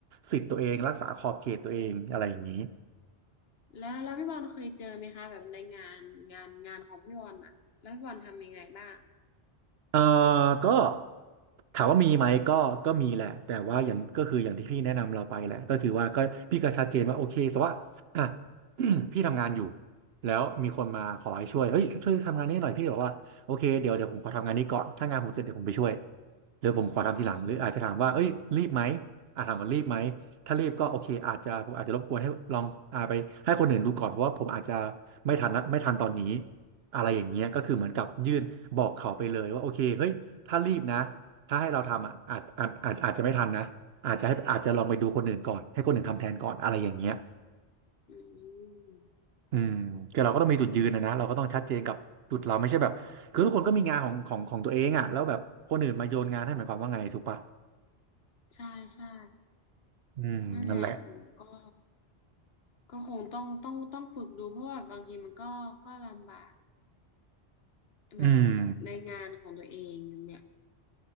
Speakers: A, on the right; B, on the left.
A: สิทธิ์ตัวเองรักษาขอบเขตตัวเองอะไรอย่างนี้
B: แล้วแล้วพี่บอลเคยเจอไหมคะแบบในงานงานงานของพี่บอลอะแล้วพี่บอลทำยังไงบ้าง
A: เอ่อก็ถามว่ามีไหมก็ก็มีแหละแต่ว่าอย่างก็คืออย่างที่พี่แนะนำเราไปแหละก็คือว่าก็พี่ก็ชัดเจนว่าโอเคแต่ว่าอ่ะ <clears throat> พี่ทำงานอยู่แล้วมีคนมาขอให้ช่วยเฮ้ยช่วยทำงานนี้หน่อยพี่บอกว่าโอเคเดี๋ยวเดี๋ยวผมขอทำงานนี้ก่อนถ้างานผมเสร็จเดี๋ยวผมไปช่วยหรือผมขอทำทีหลังหรืออาจจะถามว่าเอ้ยรีบไหม
B: อ๋อ
A: อ่ะถามว่ารีบไหมถ้ารีบก็โอเคอาจจะผมอาจจะรบกวนให้ลองอ่าไปให้คนอื่นดูก่อนเพราะว่าผมอาจจะไม่ทันนะไม่ทันตอนนี้ อะไรอย่างเงี้ยก็คือเหมือนกับยื่นบอกเขาไปเลยว่าโอเคเฮ้ยถ้ารีบนะถ้าให้เราทำอ่ะอาจอาจอาจอาจจะไม่ทันนะอาจจะให้อาจจะลองไปดูคนอื่นก่อนให้คนอื่นทำแทนก่อนอะไรอย่างเงี้ย
B: อืม
A: อืมคือเราก็ต้องมีจุดยืนนะนะเราก็ต้องชัดเจนกับจุดเราไม่ใช่แบบคือทุกคนก็มีงานของของของตัวเองอ่ะแล้วแบบคนอื่นมาโยนงานให้หมายความว่าไงถูกปะ
B: ใช่ใช่
A: อืมนั่นแหละ
B: นั่นแหละหนูก็ก็คงต้องต้องต้องฝึกดูเพราะว่าบางทีมันก็ก็ลำบากแบบ
A: อืม
B: ในงานของตัวเองแบบเนี้ย